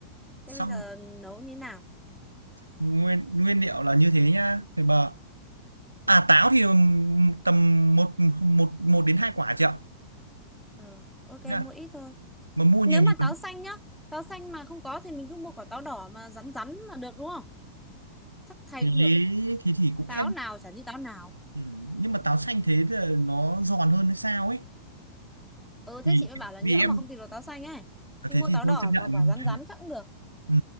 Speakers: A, in the centre; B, on the right (about 85°).
A: thế
B: xong
A: bây giờ nấu như thế nào
B: nguyên nguyên liệu là như thế nhá thì bà à táo thì tầm một một một đến hai quả chị ạ
A: ờ ok
B: Nhá.
A: mua ít thôi
B: mà mua
A: nếu
B: nhiều
A: mà
B: nhiều
A: táo xanh nhá táo xanh mà không có thì mình cứ mua quả táo đỏ mà rắn rắn là được đúng không chắc thay
B: thì
A: cũng được
B: thì thì cũng
A: táo
B: em
A: nào chả như táo nào
B: Ừ, nhưng mà táo xanh thế thì nó giòn hơn hay sao ấy
A: ừ
B: thì
A: thế chị mới bảo là
B: vì
A: nhỡ
B: em
A: mà không tìm được táo xanh ấy thì
B: thế
A: mua
B: thì
A: táo
B: thôi
A: đỏ
B: chấp nhận
A: mà quả rắn
B: <laughs>
A: rắn chắc cũng được
B: ừ,